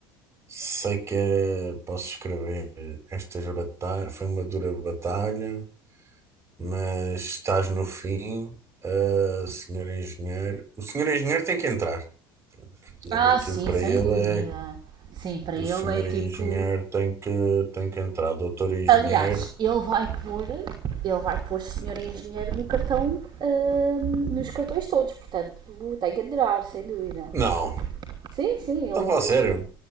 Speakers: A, on the right; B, on the right.
A: Sei que eh, posso escrever estas batalhas. Foi uma dura batalha, mas estás no fim. Ah, senhor engenheiro. O senhor engenheiro tem que entrar. Ele,
B: Ah,
A: aquilo
B: sim,
A: para
B: sem
A: ele
B: dúvida.
A: é
B: Sim, para ele
A: O senhor
B: é tipo.
A: engenheiro tem que, tem que entrar. Doutor engenheiro.
B: Aliás, ele vai pôr, ele vai pôr senhor engenheiro no cartão, hum, nos cartões todos, portanto, tem que aderar, sem dúvida.
A: Não,
B: Sim, sim, ele uma
A: não a falar
B: vez
A: sério.
B: comentou.